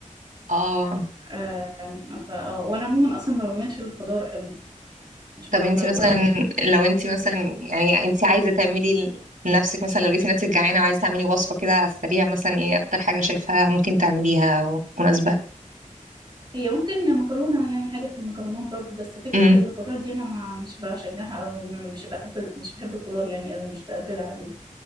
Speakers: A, on the right; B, on the right.
A: اه
B: آه، فا آه، وانا عموما اصلا ما بعملش الخضار قوي مش
A: طب
B: بفضله
A: انتي مثلا
B: قوي
A: لو انتي مثلا يعني انتي عايزة تعملي لنفسك مثلا لو لقيتي نفسك جعانة وعايزة تعملي وصفة كده على السريع مثلا ايه اكتر حاجة شايفاها ممكن تعمليها او مناسبة
B: هي ممكن مكرونه يعني حاجه في المكرونات برضو بس فكره
A: امم
B: الخضار دي انا ما مش بشجعها قوي م- مش بقبل مش بحب الخضار يعني قوي مش بقبل عليه